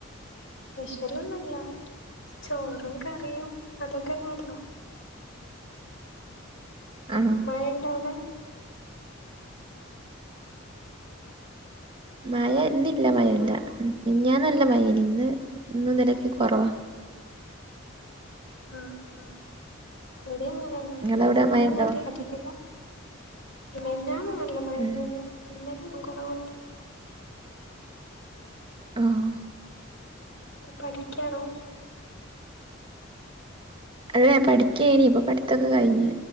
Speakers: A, on the left; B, on the right.
A: സ്പെഷ്യലൊന്നും ഇല്ല ചോറും കറിയും അതൊക്കെന്നെ ആയിട്ടുള്ളൂ
B: ആഹ്
A: മഴ ഉണ്ടോ അവിടെ
B: മഴ ഇന്നില്ല മഴ ഇല്ല മിനിഞ്ഞാന്ന് നല്ല മഴയേനി ഇന്നും ഇന്നലെയും കുറവാ
A: ആ ആ ഇവിടെയും അങ്ങനെന്നെ
B: നിങ്ങളവിടെ
A: ഇന്നും
B: മഴയുണ്ടോ
A: ഇന്നലെയും അധികം ഇല്ല മിനിഞ്ഞാന്ന് നല്ല മഴണ്ടായിരുന്നു
B: ഉം
A: ഇന്നലെയും കുറവുണ്ട്
B: ആഹ്
A: പഠിക്കാണോ
B: അല്ല പഠിക്കേനി ഇപ്പൊ പഠിത്തൊക്കെ കഴിഞ്ഞ്